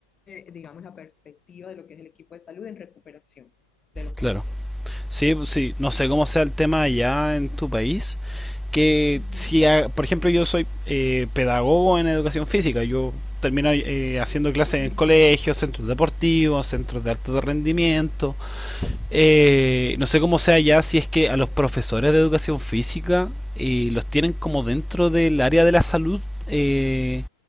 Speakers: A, on the left (about 20°); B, in the centre.
A: eh, digamos, la perspectiva de lo que es el equipo de salud en recuperación de los pacientes.
B: claro. Sí, pues sí, no sé cómo sea el tema allá en tu país, que
A: Ujú,
B: si, a- por ejemplo, yo soy eh, pedagogo en educación física, yo termino eh, haciendo clases
A: ujú.
B: en colegios, centros deportivos, centros de alto rendimiento, eh, no sé cómo sea ya si es que
A: Bueno,
B: a los profesores de educación física eh, los tienen como dentro del área de la salud, eh,